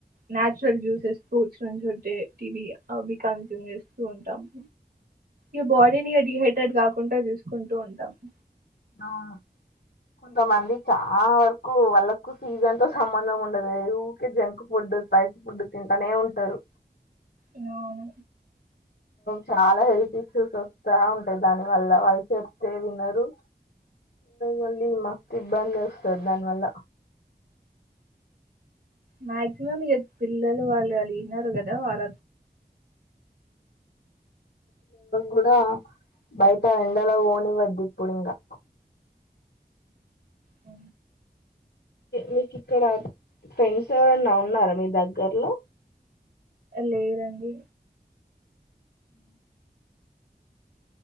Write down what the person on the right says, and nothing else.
న్చురల్ జ్యూసెస్ ఫ్రూట్స్ నుంచి ఉంటే వి అవి కన్స్యూమ్ చేస్తూ ఉంటాము ఈ బాడీ ని డిహైడ్రేట్ కా చకుంటా చూసుకుంటూ ఉంటాము
అవును
మాక్సిమం ఇ పిల్లలు వాళ్ళు అళగన్నారు కదా వాళ
అ
లేదండి